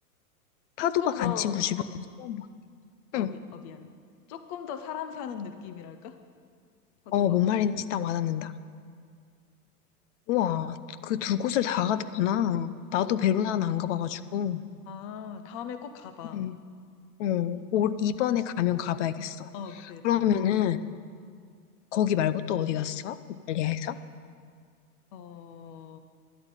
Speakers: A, on the left (about 50°); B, on the left (about 25°).
A: 파도가
B: 조금
A: 간
B: 더,
A: 친구 주변에서 처음 봐.
B: 어,
A: 응.
B: 미, 어, 미안. 조금 더 사람 사는 느낌이랄까? 파도바.
A: 어, 뭔 말인지 딱 와닿는다. 우와, 그 두 곳을 다 갔구나. 나도
B: 어, 어.
A: 베로나는 안 가봐가지고.
B: 아, 다음에 꼭 가봐.
A: 응. 어, 올, 이번에 가면 가봐야겠어.
B: 어, 그래, 다음에.
A: 그러면은, 거기 말고 또 어디 갔어? 이탈리아에서?
B: 어,